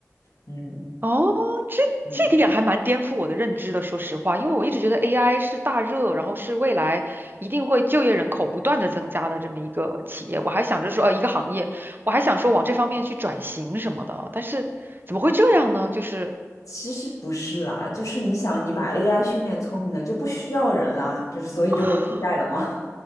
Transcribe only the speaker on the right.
哦，这这点还蛮颠覆我的认知的，
说实话，因为我一直觉得 AI 是大热，然后是未来一定会就业人口不断的增加的这么一个企业，我还想着说，呃，一个行业，我还想说往这方面去转型什么的，但是怎么会这样呢？就是
啊，